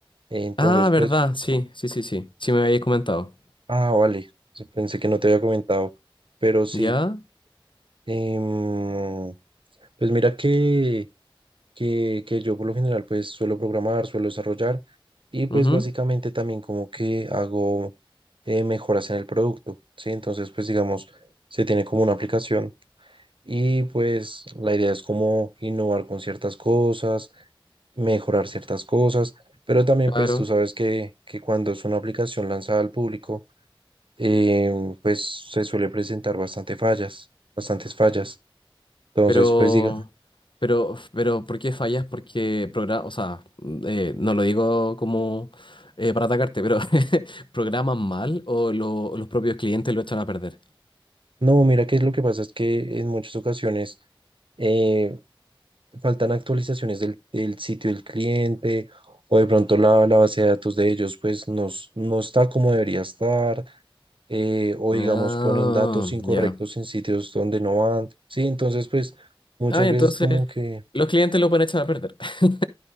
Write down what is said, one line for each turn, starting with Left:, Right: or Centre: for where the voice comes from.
Right: entonces
Left: Ah, verdad,
Right: pues,
Left: sí, sí, sí, sí. Sí me habías comentado.
Right: ah, vale, pensé que no te había comentado, pero sí.
Left: ¿Ya?
Right: em, pues mira que que, que yo por lo general pues suelo programar, suelo desarrollar y pues
Left: Ujú,
Right: básicamente también como que hago eh, mejoras en el producto, ¿sí? Entonces pues digamos, se tiene como una aplicación y pues la idea es como innovar con ciertas cosas, mejorar ciertas cosas, pero también
Left: claro.
Right: pues tú sabes que, que cuando es una aplicación lanzada al público, em, pues se suele presentar bastante fallas, bastantes fallas. Entonces
Left: Pero,
Right: pues digamos
Left: pero, pero, ¿por qué fallas? Porque programa, o sea, mm, eh, no lo digo como eh, para atacarte, pero <laughs> ¿programan mal o lo- los propios clientes lo echan a perder?
Right: No, mira que lo que pasa es que en muchas ocasiones eh, faltan actualizaciones del, del sitio del cliente o de pronto la, la base de datos de ellos pues no, s- no está como debería estar eh, o
Left: Ah,
Right: digamos ponen datos incorrectos
Left: ya.
Right: en sitios donde no van. Sí, entonces pues muchas
Left: Ah, entonces
Right: veces como que,
Left: los clientes lo pueden echar a perder. <laughs>